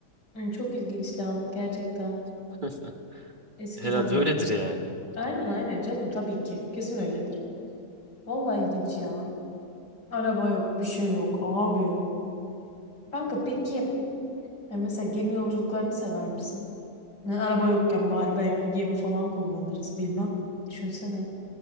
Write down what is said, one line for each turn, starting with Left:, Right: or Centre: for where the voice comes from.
Left: Hı, çok ilginç lan gerçekten.
Right: <laughs>
Left: Eski
Right: Herhalde
Left: zaman.
Right: öyledir yani muhtemelen.
Left: Aynen aynen canım tabii ki. Kesin öyledir. Vallahi ilginç ya. Araba yok, bir şey yok abi. Kanka peki ya mesela gemi yolculuklarını sever misin? Yani araba yokken bari belki gemi falan kullanırız bilmem. Düşünsene.